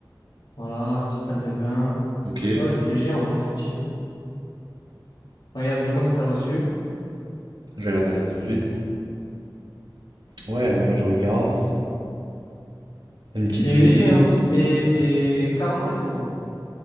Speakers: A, on the left; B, on the right.
A: Voilà, petite salle de bain.
B: Ok, je
A: Ouais, c'est léger, en vrai, c'est petit. Regarde, dis-moi si t'as reçu.
B: vais regarder ça tout de suite. Ouais, là je regarde. Une petite
A: C'est
B: vue.
A: léger, hein, mais c'est 47 euros.